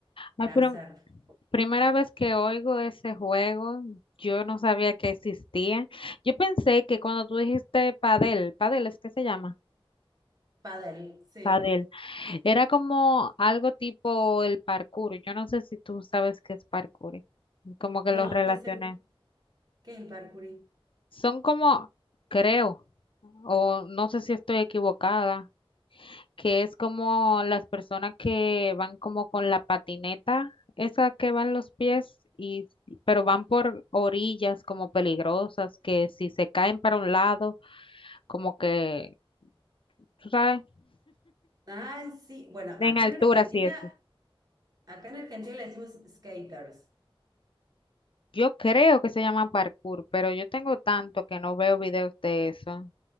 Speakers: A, on the right (about 40°); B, on the left (about 65°).
A: para
B: Ay, pero
A: hacer.
B: primera vez que oigo ese juego, yo no sabía que existía. Yo pensé que cuando tú dijiste padel, padel es que se llama,
A: Paddle, sí.
B: padel, era como algo tipo el parkour. Yo no sé si tú sabes qué es parkour, como que
A: No,
B: lo relacioné.
A: ¿qué es el, qué es el parkour?
B: Son como, creo, o no sé si estoy equivocada. que es como las personas que van como con la patineta, esa que van los pies y pero van por orillas como peligrosas, que si se caen para un lado, como que, tú sabes,
A: Ay, sí. Bueno, acá
B: en altura
A: en Argentina,
B: sí eso.
A: acá en Argentina le decimos skaters,
B: Yo creo que se llama parkour, pero yo tengo tanto que no veo videos de eso.